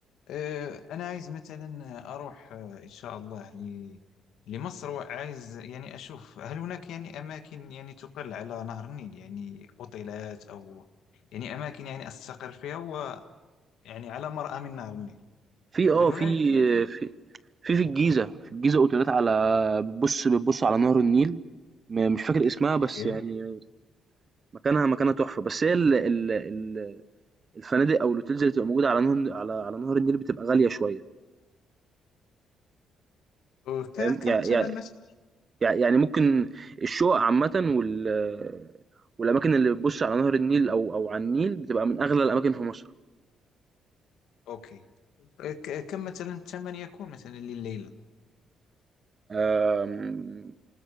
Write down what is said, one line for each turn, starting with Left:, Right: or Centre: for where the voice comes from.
Left: أه انا عايز مثلا اروح آه، ان شاء الله ل... لمصر وعايز يعني اشوف هل هناك يعني اماكن يعني تطل على نهر النيل يعني اوتيلات او يعني اماكن يعني استقر فيها ويعني على مرأى من نهر النيل
Right: في آه
Left: هل هناك
Right: في
Left: يعني
Right: في في في الجيزة، في الجيزة أوتيلات على بتبُص بتبُص على نهر النيل، م مش فاكر اسمها بس
Left: أوكي.
Right: يعني مكانها مكانها تحفة، بس هي ال ال ال الفنادق أو الhotels اللي بتبقى موجودة على نهر على على نهر النيل بتبقى غالية شوية،
Left: وك-
Right: فاهم؟
Left: كم
Right: يع
Left: الثمن
Right: يع
Left: مثلا
Right: يع يعني ممكن الشقق عامةً وال والأماكن اللي بتبُص على نهر النيل أو أو على النيل بتبقى من أغلى الأماكن في مصر.
Left: اوكي آه، ك- كم مثلا الثمن يكون مثلا لليلة
Right: آمم